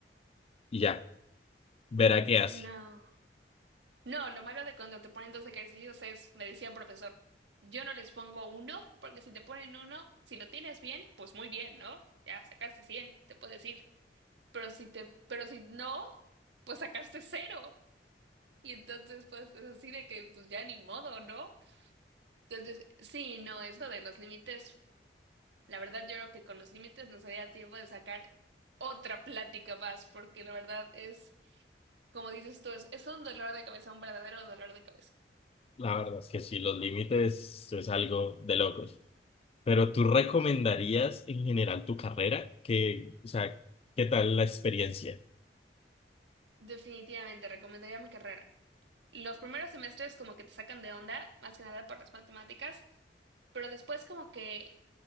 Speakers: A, on the left; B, on the right.
A: y ya, verá qué hace.
B: no. No, lo malo de cuando te ponen dos ejercicios es, me decía un profesor, yo no les pongo uno, porque si te ponen uno, si lo tienes bien, pues muy bien, ¿no? Ya sacaste 100, te puedo decir. Pero si te, pero si no, pues sacaste cero. Y entonces, pues es así de que, pues ya ni modo, ¿no? Entonces, sí, no, es de los límites. La verdad, yo creo que con los límites nos daría tiempo de sacar otra plática más, porque la verdad es, como dices tú, es, es un dolor de cabeza, un verdadero dolor de cabeza.
A: La verdad es que sí, los límites es algo de locos. Pero ¿tú recomendarías en general tu carrera? Que, o sea, ¿qué tal la experiencia?
B: Definitivamente, recomendaría mi carrera. Los primeros semestres como que te sacan de onda, más que nada por las matemáticas, pero después como que,